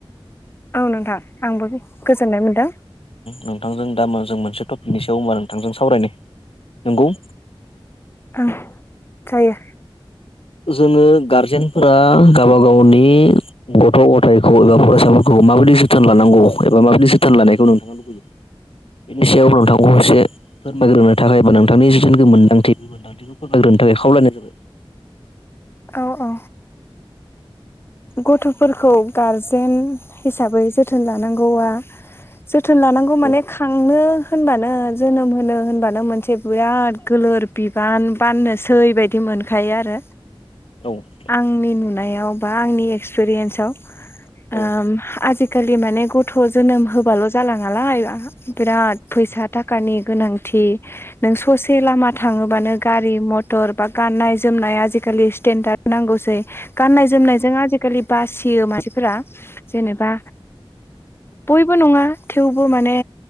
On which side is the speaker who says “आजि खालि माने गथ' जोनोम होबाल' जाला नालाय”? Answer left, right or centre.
Left